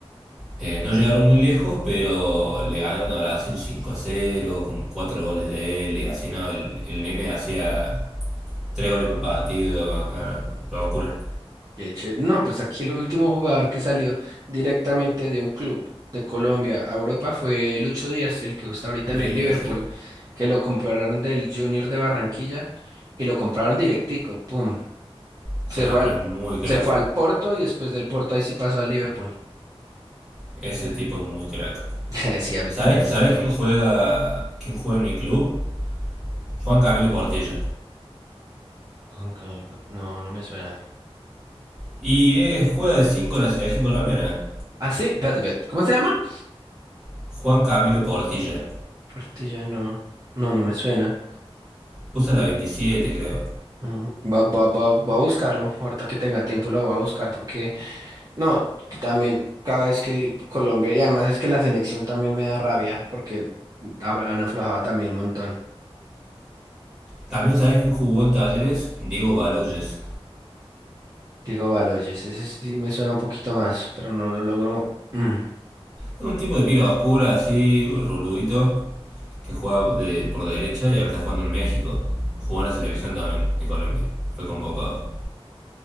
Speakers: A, in the centre; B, on the right.
A: eh, no llegaron muy lejos, pero le ganaron a Brasil 5 cero con 4 goles de él. Y así no, el, el nene hacía 3 goles por partido. Ah, locura.
B: Qué ché- No, pues aquí el último jugador que salió directamente de un club de Colombia a Europa fue Lucho Díaz, el que está ahorita
A: Luis
B: en el
A: Díaz,
B: Liverpool,
A: eh.
B: que lo compraron del Junior de Barranquilla y lo compraron directico, pum.
A: O sea,
B: Se fue
A: pero
B: al,
A: es muy crack.
B: se fue al Porto y después del Porto ahí sí pasó al Liverpool.
A: Ese tipo es muy crack.
B: <laughs> Sí, a mí
A: ¿Sabés,
B: también me
A: ¿Sabés
B: gusta mucho.
A: quién juega quién juega en mi club? Juan Camilo Portilla.
B: Juan Camilo Cot- No, no me suena.
A: Y eh, juega de 5 en la selección colombiana.
B: Ah, sí, espérate, espérate. ¿Cómo se llama?
A: Juan Camilo Portilla.
B: Portilla, no. No, no me suena.
A: Usa la 27, creo.
B: Mm. Va, va, va, va a buscarlo. Ahorita que tenga tiempo lo voy a buscar porque... No, también cada vez que Colombia, y además es que la selección también me da rabia, porque hab- han aflojado también un montón.
A: También sabés quién jugó en talleres? Diego Baloyes.
B: Digo, Baloyes, ese sí me suena un poquito más, pero no lo logro. Mm,
A: Es un tipo de pila oscura, así, ruludito, que jugaba de, por derecha y ahora está jugando en México. Jugó en la selección también, en Colombia. Fue convocado.